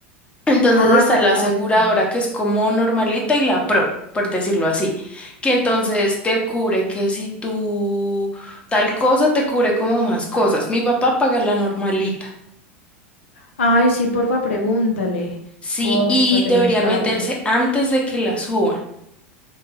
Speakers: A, on the left; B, on the left.
A: Entonces
B: Ay,
A: está la
B: porfa.
A: aseguradora que es como normalita y la pro, por decirlo así, que entonces te cubre que si tú tal cosa te cubre como más cosas. Mi papá paga la normalita,
B: Ay, sí, porfa, pregúntale.
A: sí,
B: Porfa,
A: y
B: te
A: deberían
B: lo encargo.
A: meterse antes de que la suban